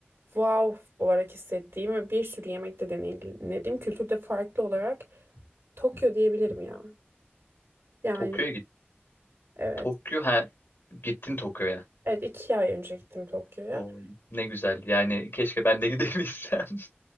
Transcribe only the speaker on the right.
wow olarak hissettiğim ve bir sürü yemekte deneyimlediğim kültürde farklı olarak Tokyo diyebilirim ya. Yani
evet.
Evet iki ay önce gittim Tokyo'ya.